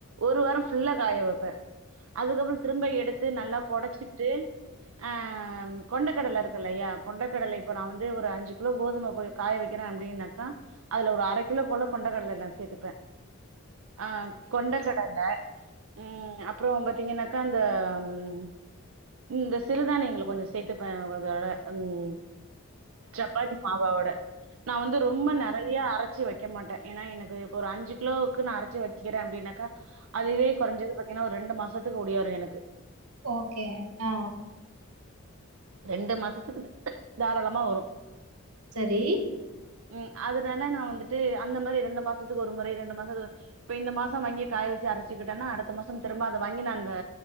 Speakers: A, on the right; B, on the right.
A: ஒரு வாரம் ஃபுல்லா காய வைப் ப்ப அதுக்கப்பறோ திரும்ப எடுத்து நல்லா பொடச்சுட்டு ஆ கொண்டக்கடல இருக்குல்லையா கொண்டக்கடல இப்போ நா வந் இதே ஒரு அஞ்சு கிலோ கோதும கொஞ்சோ காய வைக்கிறே அப்டின்னாக்கா அதுல ஒரு அரக் கிலோ போல கொண்ட கடலைலா த்துப்பே ஆ கொண்டக் கடல, ம், அப்பறோ பாத்தீங்கனாக்கா அந்த, ம் ம், இந்த சிறுதானியங்கள கொஞ்சோ சேத்துப்பே அதோட, ம், சப்பாத்தி மாவவோட நா வந்து ரொம்ப நறைய அரைச்சி வைக் வைக்க மாட்டே ஏன்ன எனக்கு இப்போ ஒரு அஞ்சு கிலோவுக்கு நா அரச்சி வைக்கிறே அப்டின்னாக்கா அதுவே கொறைஞ்சது பாத்தீங்கனா ஒரு ரெண்டு மாசத்துக்கு ஓடியாரு எனக்கு
B: ஓகே ஆ
A: ரெண்டு மாசத்துக்கு தாராளமா வரு
B: சரி
A: ம், அதுனால நா வந்துட்டு அந்த மாரி ரெண்டு மாசத்துக்கு ஒரு முறை ரெண்டு மாசத்துக்கு ஒரு இப்ப இந்த மாசோ வாங்கி காய வச்சு அரச்சுக்கிட்டேன்னா அடுத்த மாசம் திரும்ப அத வாங்கி நானு